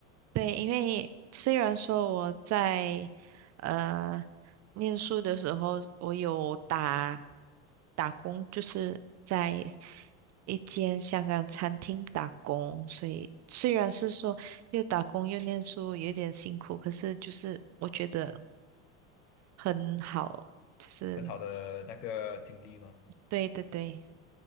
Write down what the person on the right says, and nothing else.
对，因为虽然说我在呃念书的时候，我有打打工，就是在一间香港餐厅打工，所以虽然是说又打工又念书，有点辛苦，可是就是我觉得很好，就是
对对对。